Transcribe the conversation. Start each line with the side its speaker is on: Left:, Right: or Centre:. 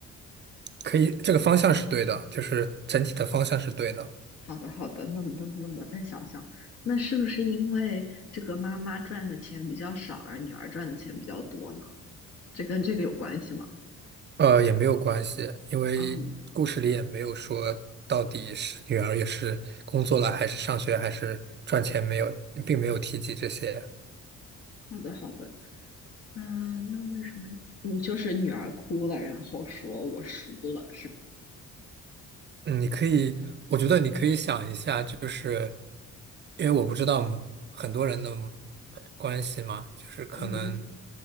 Right: 可以，这个方向是对的，就是整体的方向是对的。
Left: 好的，好的，那么那那我再想想，那是不是因为这个妈妈赚的钱比较少，而女儿赚的钱比较多呢？这跟这个有关系吗？
Right: 呃，也没有关系，因为故事里也没有说到底是女儿也是工作了，
Left: 啊，
Right: 还是上学，还是赚钱，没有，并没有提及这些。
Left: 好的，好的。嗯，那为什么你就是女儿哭了，然后说我输了，是吗？
Right: 嗯，你可以，我觉得你可以想一下，就是因为我不知道很多人的关系嘛，就是可能
Left: 嗯嗯